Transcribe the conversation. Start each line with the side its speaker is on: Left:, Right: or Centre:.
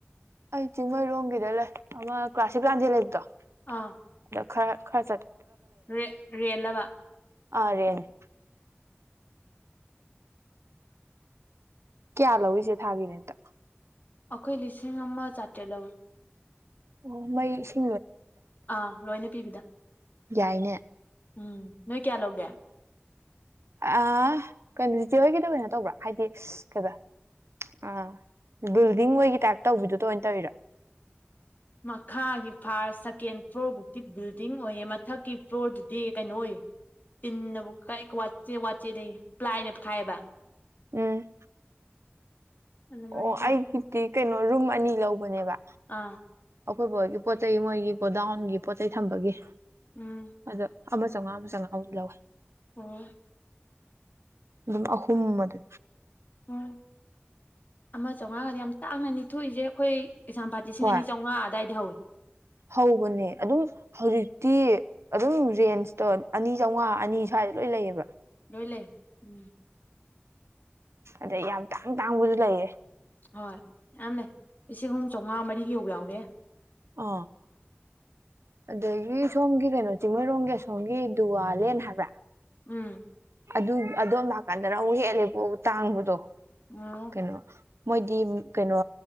Right: ꯑꯩ ꯆꯤꯡꯃꯩꯔꯣꯡꯒꯤꯗ ꯂꯩ ꯑꯃ ꯀ꯭ꯂꯥꯁꯤꯛ ꯂꯥꯟꯗꯦ ꯂꯩꯕꯗꯣ
Left: ꯑꯥ
Right: ꯑꯗ ꯈꯔ ꯈꯔ ꯆꯠ
Left: ꯔꯦ ꯔꯔꯤꯂꯕ
Right: ꯑꯔꯦꯅꯦ <inaudible> ꯀꯌꯥ ꯂꯧꯏꯁꯦ ꯊꯥꯒꯤꯅꯦꯦꯇ
Left: ꯑꯩꯈꯣꯏ ꯂꯤꯁꯤꯡ ꯑꯃ ꯆꯥꯇ꯭ꯔꯦꯠꯂꯧ
Right: ꯑꯣ ꯃꯩ ꯁꯤ
Left: ꯑ ꯂꯣꯏꯅ ꯄꯤꯕꯤꯗ
Right: ꯌꯥꯏꯅꯦ
Left: ꯎꯝ ꯅꯣꯏ ꯀꯌꯥ ꯂꯧꯒꯦ
Right: ꯑ ꯀꯩꯅꯇꯣꯏꯒꯤꯗ ꯑꯣꯏꯅ ꯇꯧꯕ꯭ꯔꯥ ꯍꯥꯏꯗꯤ ꯀꯩꯗ ꯑ ꯕꯤꯜꯗꯤꯡ ꯑꯣꯏꯒꯤ ꯇꯥꯏꯞ ꯇꯧꯕꯤꯗꯨꯗ ꯑꯣꯏꯅ ꯇꯧꯋꯔꯥ
Left: ꯃꯈꯥꯒꯤ ꯐꯥꯔꯁ ꯁꯦꯀꯦꯟ ꯐ꯭ꯂꯣꯔꯐꯧꯗꯤꯤ ꯕꯤꯜꯗꯤꯡ ꯑꯣꯏꯌꯦꯦ ꯃꯊꯛꯀꯤ ꯐ꯭ꯂꯣꯔꯗꯨꯗꯤ ꯀꯩꯅꯣ ꯑꯣꯏ ꯇꯤꯟꯅꯕꯨ ꯀ ꯋꯥꯆꯦ ꯋꯥꯠꯆꯦ ꯂꯩ ꯄ꯭ꯂꯥꯏꯅꯈꯥꯏꯑꯕ
Right: ꯎꯝ
Left: ꯑꯗꯨꯃꯥꯏꯅ
Right: ꯑꯣ
Left: ꯇꯧꯋꯤ
Right: ꯑꯩ ꯀꯇꯤ ꯀꯩꯅꯣ ꯔꯨꯝ ꯑꯅꯤ ꯂꯧꯕꯅꯦꯕ
Left: ꯑꯥ
Right: ꯑꯩꯈꯣꯏꯕꯣꯏꯒꯤ ꯄꯣꯠ ꯆꯩꯩ ꯃꯣꯏꯒꯤ ꯒꯣꯗꯥꯎꯟꯒꯤ ꯄꯣꯠ ꯆꯩꯩ ꯊꯝꯕꯒꯤ
Left: ꯎꯝ
Right: ꯑꯗꯣ ꯑꯃ ꯆꯥꯝꯉꯥ ꯑꯃ ꯆꯥꯃꯉꯥꯃꯨ ꯂꯧꯋꯦ
Left: ꯑꯣ
Right: ꯑꯗꯨꯝ ꯑꯍꯨꯝ ꯃꯗꯤ
Left: ꯑꯣ ꯑꯃ ꯆꯥꯝꯃꯉꯥꯒꯗꯤ ꯌꯥꯝ ꯇꯥꯡꯅ ꯅꯤꯊꯣꯛꯏꯁꯦ ꯑꯩꯈꯣꯏ ꯀꯩꯥꯝꯄꯥꯠꯤꯁꯤꯡ
Right: ꯍꯣꯏ
Left: ꯑꯥꯝꯉꯥ ꯑꯗꯨꯋꯥꯏꯗꯤ ꯍꯧꯋꯏ
Right: ꯍꯧꯕꯅꯦ ꯑꯗꯨꯝ ꯍꯧꯖꯤꯛꯇꯤ ꯑꯗꯨꯝ ꯔꯦꯟꯁꯇꯣ ꯑꯅꯤ ꯆꯥꯝꯃꯉꯥ ꯑꯅꯤ ꯁ꯭ꯋꯥꯏꯗ ꯂꯣꯏ ꯂꯩꯌꯦꯕ
Left: ꯂꯣꯏ ꯂꯩ ꯎꯝ
Right: ꯑꯗꯩ ꯌꯥꯝ ꯇꯥꯡ ꯇꯥꯡꯕꯁꯨ ꯂꯩꯌꯦ
Left: ꯍꯣꯏ ꯌꯥꯝ ꯂꯩ ꯂꯤꯁꯤꯡ ꯑꯍꯨꯝ ꯆꯥꯃꯉꯥ ꯃꯔꯤ ꯌꯧꯕ ꯌꯥꯎꯍꯦ
Right: ꯑ ꯑꯗꯒꯤ ꯁꯣꯝꯒꯤ ꯀꯩꯅꯣ ꯆꯤꯡꯃꯩꯔꯣꯡꯝꯒꯤ ꯑꯁꯣꯝꯒꯤ ꯗꯨꯋꯥꯂꯦꯟ ꯍꯥꯏꯕ꯭ꯔꯥ
Left: ꯎꯝ
Right: ꯑꯗꯨ ꯑꯗꯣꯝ ꯂꯥꯛꯀꯥꯟꯗ ꯔꯨꯛ ꯍꯦꯛꯂꯦꯕ ꯇꯥꯡꯕꯗꯣ
Left: ꯑꯣ
Right: ꯀꯩꯅꯣ ꯃꯣꯏꯗꯤ ꯀꯩꯅꯣ